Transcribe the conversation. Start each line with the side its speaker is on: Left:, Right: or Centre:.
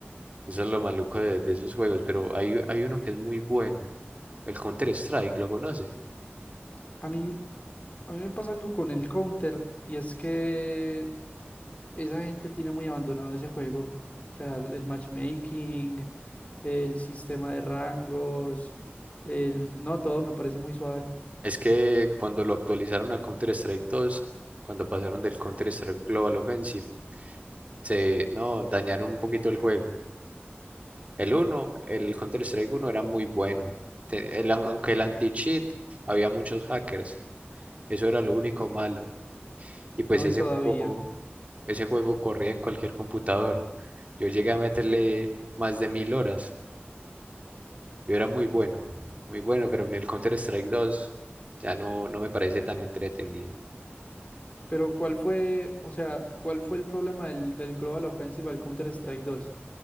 Right: Eso es lo maluco de, de esos juegos. Pero hay, hay uno que es muy bueno. El Counter-Strike, ¿lo conoce?
Left: A mí, a mí me pasa algo con el Counter y es que esa gente tiene muy abandonado ese juego. O sea, el, el matchmaking, el sistema de rangos, el... No, todo me parece muy suave.
Right: Es que cuando lo actualizaron a Counter-Strike 2, cuando pasaron del Counter-Strike Global Offensive, se, no, dañaron un poquito el juego. El uno el Counter-Strike uno era muy bueno. Te- el- aunque el anti-cheat, había muchos hackers. Eso era lo único malo. Y pues
Left: No,
Right: ese
Left: y todavía.
Right: juego Ese juego corría en cualquier computador. Yo llegué a meterle más de mil horas. Yo era muy bueno, muy bueno, pero en el Counter-Strike 2 ya no, no me parece tan entretenido.
Left: Pero ¿cuál fue, o sea, cuál fue el problema del, del Global Offensive al Counter-Strike dos?